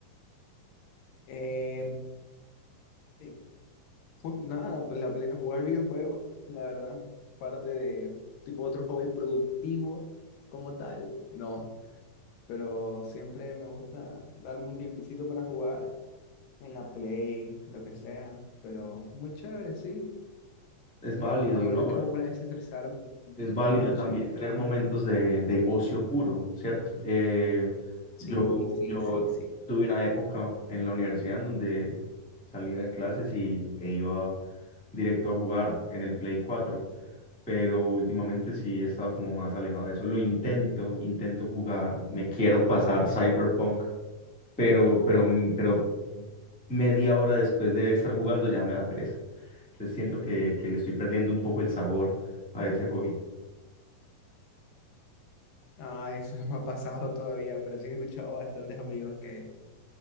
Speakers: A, on the left; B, in the centre.
A: Eh, eh, ju- nada, pues la pla- jugar videojuegos, la verdad, parte de tipo otro hobby productivo como tal, no. Pero siempre me gusta darme un tiempecito para jugar en la Play, lo que sea, pero muy chévere, sí.
B: Es
A: O sea,
B: válido,
A: lo mayormente
B: ¿no?
A: como para desestresarme
B: Es válido
A: de noche.
B: también tener
A: Ajá.
B: momentos de, de ocio puro, ¿cierto? Eh,
A: Sí,
B: yo,
A: sí,
B: yo
A: sí, sí.
B: tuve una época en la universidad en donde salía de clases y, e iba directo a jugar en el Play cuatro pero últimamente sí he estado como más alejado de eso. Lo intento, intento jugar, me quiero pasar Cyberpunk, pero, pero, m- pero media hora después de estar jugando ya me da pereza. Entonces siento que, que le estoy perdiendo un poco el sabor a ese hobby.
A: Ah, eso no me ha pasado todavía, pero sí he escuchado bastantes amigos que,